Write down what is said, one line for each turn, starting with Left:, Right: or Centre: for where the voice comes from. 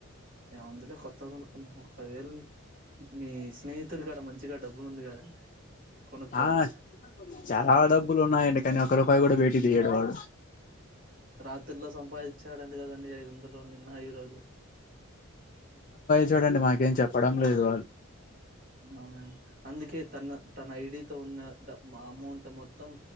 Right: ఏముందిలే కొత్తది కొనుకుందాం పదివేలు మీ స్నేహితుడి కాడ మంచిగా డబ్బులు ఉంది కదా కొనుక్కోవచ్చు
Left: ఆ చాలా డబ్బులు ఉన్నాయండి కానీ ఒక రూపాయి కూడా బయటకి తీయడు వాడు
Right: రాత్రిలో సంపాదించాడంట కదండి ఐదు వందలు నిన్న ఈ రోజు
Left: చూడండి మాకేం చెప్పడం లేదు వాళ్
Right: అవునా అందుకే తన తన ఐడి తో ఉన్న ద అమౌంట్ మొత్ మొత్తం